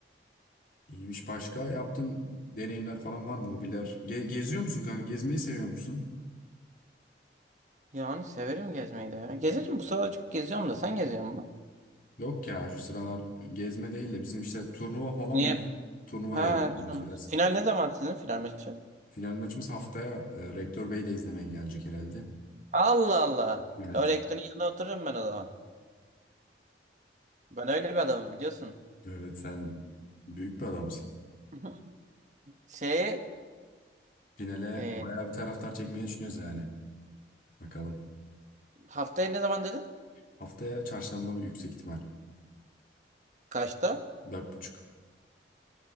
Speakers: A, on the left; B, on the right.
A: iyiymiş. Başka yaptığın deneyimler falan var mı? Hobiler. Ge- geziyor musun kanka? Gezmeyi seviyor musun?
B: Yani severim gezmeyi de ya. Gezerim bu sefer çok geziyorum da sen geziyor musun?
A: Yok ya şu sıralar gezme değil de bizim işte turnuva falan
B: Niye?
A: var. Turnuva
B: Ha
A: ile ilgileniyoruz
B: tamam.
A: biraz.
B: Final ne zaman sizin final maçı?
A: Final maçımız haftaya e, Rektör Bey de izlemeye gelecek herhalde.
B: Allah Allah.
A: Evet.
B: Öyle Ektor'un yanına otururum ben o zaman. Ben öyle bir adamım biliyorsun.
A: Evet sen büyük bir adamsın.
B: <laughs> Şeye
A: Finale
B: e,
A: bayağı bir taraftar çekmeyi düşünüyoruz yani. Bakalım.
B: haftaya ne zaman dedin?
A: Haftaya çarşamba bir yüksek ihtimal.
B: Kaçta?
A: Dört buçuk.